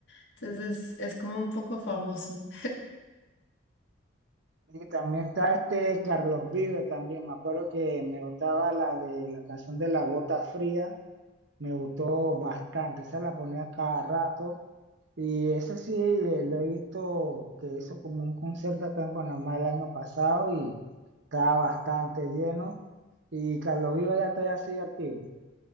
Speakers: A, on the left (about 60°); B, on the right (about 60°).
A: Entonces es como un poco famoso. <laughs>
B: Y también está este Carlos Vive también, me acuerdo que me gustaba la de la canción de La Gota Fría, me gustó bastante, esa la ponía cada rato Y eso sí, le- lo he visto que hizo como un concierto acá en Panamá el año pasado y estaba bastante lleno. Y Carlos Viva ya todavía sigue activo.